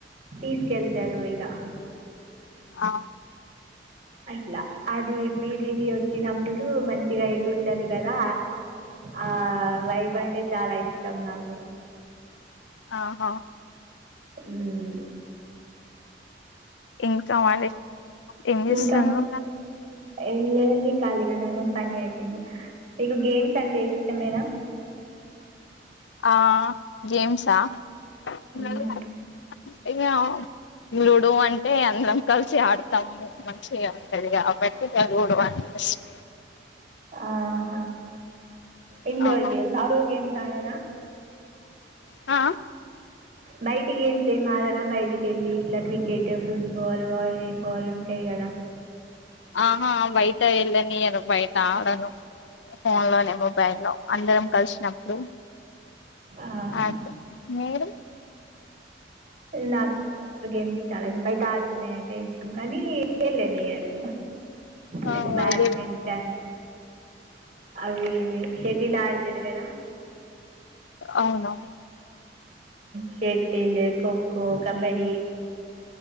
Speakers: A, on the right; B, on the left.
A: తీసుకెళ్తారు ఇక
B: అ
A: అట్లా అది <unintelligible> వచ్చినప్పుడు మంచిగా ఎగుడతారు కదా ఆ వైభ అంటే చాలా ఇష్టం నాకు
B: ఆహ
A: మ్మ్
B: ఇంకా మరి ఏం చేస్తుండ్రు
A: ఇంకా ఏం లేదండి ఖాళీగానే ఉనం పని అయిపోంది నీకు గేమ్స్ అంటే ఇష్టమేనా
B: ఆ గేమ్స్ ఆ <unintelligible>
A: మ్మ్.
B: ఇక లూడో అంటే అందరం కలిసి ఆడతాం మంచిగా ఉంటుంది కాబట్టి ఇక లూడో అంటే ఇష్ట
A: ఆహా ఇండోర్
B: ఆహా
A: గేమ్స్ ఆడోర్ గేమ్స్ ఆడరా
B: ఆ
A: బయటి గేమ్స్ ఏం ఆడారా బయటికి వెళ్ళి ఇట్లా క్రికెట్ ఫుట్బాల్ వాలీబాల్ ఉంటాయి కదా
B: ఆహా బయట వెళ్ళనీరు బయట ఆడను ఫోన్ లోనే మొబైల్ లో అందరం కలిసినప్పుడు
A: ఆహా.
B: ఆతే మీరు
A: నా గమ్ చాల బయట <unintelligible> అంటే విషయం కానీ వెళ్ళనిరు
B: ఆ
A: లైక్ బ్యాడ్మింటన్
B: అదే
A: అవి ఇవి షెటిల్ ఆడతాది కదా
B: అవును
A: షెటిల్ కొఖో కబడి